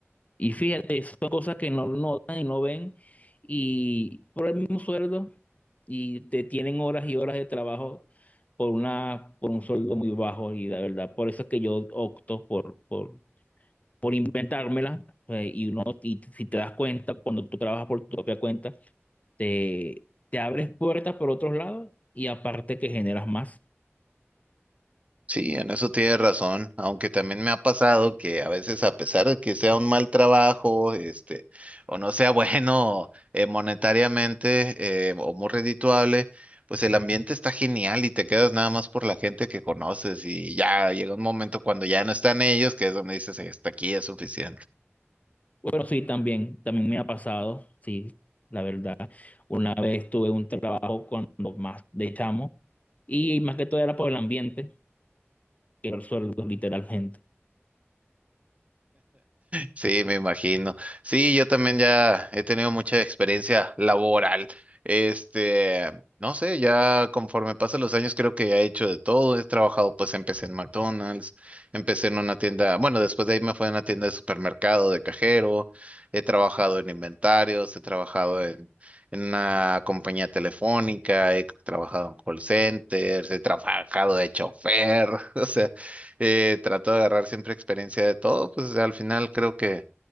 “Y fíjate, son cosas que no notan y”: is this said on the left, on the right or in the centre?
Left